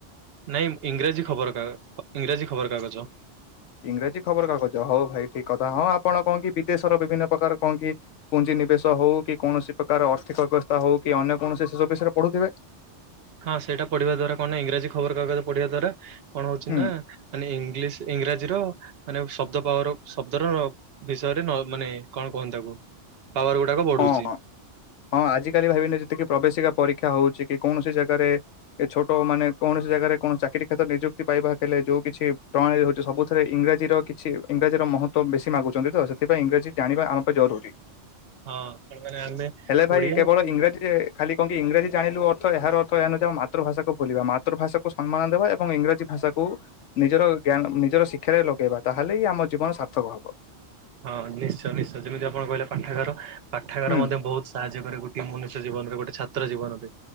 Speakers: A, on the right; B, on the left.
A: ନାଇଁ ଇଂରାଜୀ ଖବର ଇଂରାଜୀ ଖବର କାଗଜ।
B: ଇଂରାଜୀ ଖବରକାଗଜ ହଉ ଭାଇ ଠିକ୍ କଥା ହଁ ଆପଣ କଣ କି ବିଦେଶର ବିଭିନ୍ନ ପ୍ରକାର କଣ କି ପୁଞ୍ଜି ନିବେଶ ହଉ କି କୌଣସି ପ୍ରକାର ଅର୍ଥିକ ଅବସ୍ଥା ହଉ କି ଅନ୍ୟ କୌଣସି ସେ ସବୁ ବିଷୟରେ ପଢୁ ତେବେ
A: ହଁ ସେଇଟା ପଢ଼ିବା ଦ୍ଵାରା କଣ ଇଂରାଜୀ ଖବରକାଗଜ ପଢିବା ଦ୍ଵାରା କଣ ହଉଛି
B: ହୁଁ
A: ନା ମାନେ ଇଂଲିଶ୍ ଇଂରାଜୀର ମାନେ ଶବ୍ଦ ପାୱାର ଶବ୍ଦର ବିଷୟରେ ମାନେ କଣ କହନ୍ତି ତାକୁ ପାୱାର ଗୁଡାକ ବଢୁଛି
B: ହଁ ହଁ ହଁ ଆଜିିକାଲି ଭାବିନେଇଛନ୍ତି କି ପ୍ରବେଶିକା ପରୀକ୍ଷା ହଉଛି କି କୌଣସି ଜାଗାରେ ଏ ଛୋଟ ମାନେ କୌଣସି ଜାଗାରେ କୌଣସି ଚାକିରୀ କ୍ଷେତ୍ର ନିଯୁକ୍ତି ପାଇବା ହେଲେ ସେ ଯେଉଁ କିଛି ପ୍ରଣାଳୀ ହେଉଛି ସବୁଥିରେ ଇଂରାଜୀର କିଛି ଇଂରାଜୀର ମହତ୍ତ୍ୱ ବେଶୀ ମାଗୁଛନ୍ତି ତ ସେଥିପାଇଁ ଇଂରାଜୀ ଚାହିଁବା ଆମ ପାଇଁ ଜରୁରୀ।
A: ହଁ ମାନେ ଆମେ
B: ହେଲେ ଭାଇ
A: ଓଡିଆ
B: କେବଳ ଇଂରାଜୀରେ ଖାଲି କଣ କି ଇଂରାଜୀ ଜାଣିଲୁ ଅର୍ଥ ଏହାର ଅର୍ଥ ଏହା ନୁହ ଯେ ଆମ ମାତୃଭାଷାକୁ ଭୁଲିବା ମାତୃଭାଷାକୁ ସମ୍ମାନ ଦେବା ଏବଂ ଇଂରାଜୀ ଭାଷାକୁ ନିଜର ଜ୍ଞା ନିଜର ଶିକ୍ଷାରେ ଲଗେଇବା ତାହେଲେ ହିଁ ଆମ ଜୀବନ ସାର୍ଥକ ହବ।
A: ହଁ ନିଶ୍ଚୟ ନିଶ୍ଚୟ ଯେମିତି ଆପଣ କହିଲେ ପାଠାଗାର ପାଠାଗାର
B: ହୁଁ
A: ମଧ୍ୟ ବହୁତ ସାହାଯ୍ୟ କରେ ଗୋଟେ ମନୁଷ୍ୟ ଜୀବନରେ ଗୋଟ ଛାତ୍ର ଛାତ୍ର ଜୀବନରେ